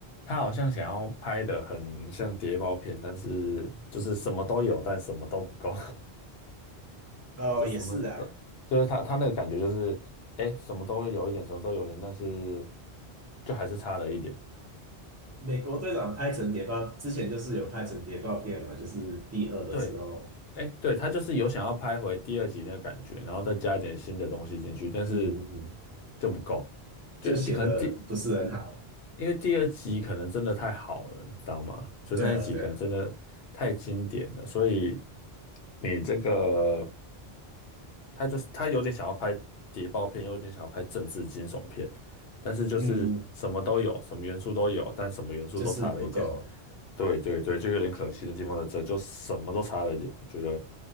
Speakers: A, on the left; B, on the right.
A: 他好像想要拍的很像谍报片，但是就是什么都有，但什么都不够，<laughs>
B: 哦，
A: 就什么呃就是他他那个感觉就是，
B: 也是啊，
A: 哎，什么都有一点，什么都有一点，但是就还是差了一点。
B: 美国队长拍成谍报，之前就是有拍成谍报片嘛，就是第二的时候，
A: 对，哎，对，他就是有想要拍回第二集那个感觉，然后再加一点新的东西进去，但是
B: 嗯嗯嗯，
A: 就不够。就可能第
B: 就写的不是很好。
A: 因为第二集可能真的太好了，你知道吗？就那一集可能真的太经典了，
B: 对啊，对啊，
A: 所以你这个他就是他有点想要拍谍报片，又有点想要拍政治惊悚片，但是就是什么都有，
B: 嗯，
A: 什么元素都有，但什么元素都差了一点。
B: 就是不够。
A: 对对对，就有点可惜的地方在这，就什么都差了一点，我觉得